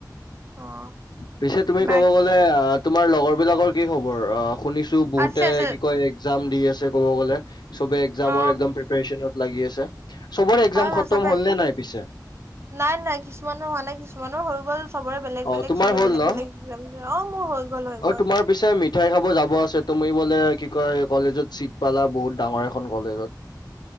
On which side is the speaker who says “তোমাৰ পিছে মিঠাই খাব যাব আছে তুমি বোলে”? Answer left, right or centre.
Left